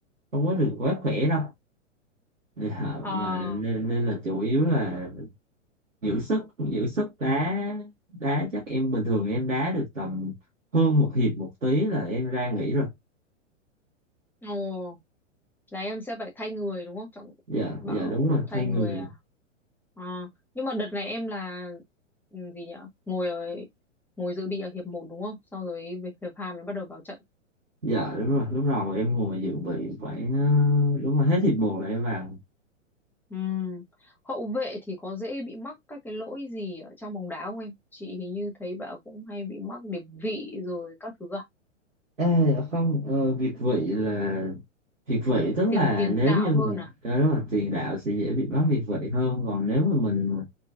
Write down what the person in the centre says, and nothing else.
À,
ồ, là em sẽ phải thay người đúng không? Trọng
bảo
thay
người
à? À, nhưng mà đợt này em là ừ, gì nhỉ? Ngồi ở ngồi dự bị ở hiệp một đúng không? Sau rồi về hiệp 2 mới bắt đầu vào trận.
Ừm, Hậu vệ thì có dễ bị mắc các cái lỗi gì ở trong bóng đá không em? Chị hình như thấy bảo cũng hay bị mắc điệp vị rồi các thứ à?
Tiền tiền
đạo
hơn
à?